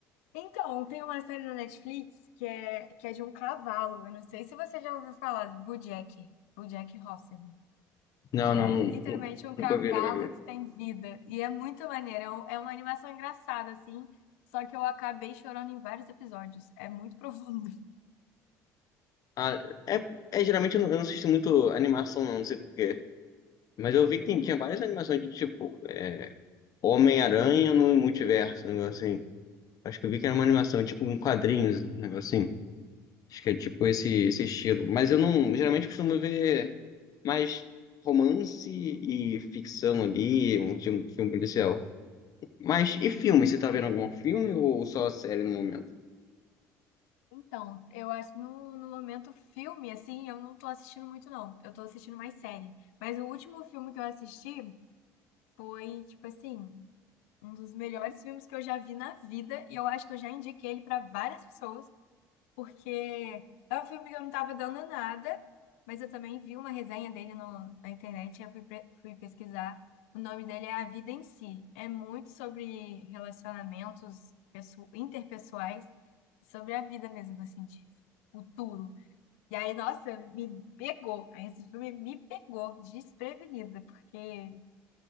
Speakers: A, on the left; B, on the left.
A: Então, tem uma série na Netflix que é, que é de um cavalo. Eu não sei se você já ouviu falar de BoJack, BoJack Horseman,
B: Não,
A: que é
B: não, não,
A: literalmente
B: não-
A: um cavalo
B: nunca vi, nunca vi.
A: que tem vida. E é muito maneiro. É, um- é uma animação engraçada, assim. Só que eu acabei chorando em vários episódios. É muito <laughs> profundo.
B: Ah, é, é geralmente eu não, eu não assisto muito animação, não, não sei por quê. Mas eu vi que tem-
A: Uhum.
B: tinha várias animações de tipo. Homem-Aranha no Multiverso, um negócio assim. Acho que eu vi que era uma animação, tipo um quadrinho, um negócio assim. Acho que é tipo esse, esse estilo. Mas eu não, geralmente costumo ver mais romance e ficção ali, um tipo de filme policial. Mas e filme? Você tá vendo algum filme ou só série no momento?
A: Então, eu acho no, no momento filme, assim, eu não tô assistindo muito, não. Eu tô assistindo mais série. Mas o último filme que eu assisti foi, tipo assim. Um dos melhores filmes que eu já vi na vida, e eu acho que eu já indiquei ele para várias pessoas, porque é um filme que eu não estava dando nada, mas eu também vi uma resenha dele no- na internet, e eu fui, pre- fui pesquisar. O nome dele é A Vida em Si. É muito sobre relacionamentos pesso- interpessoais, sobre a vida mesmo, assim, de futuro. E aí, nossa, me pegou. Aí Esse filme me pegou desprevenida, porque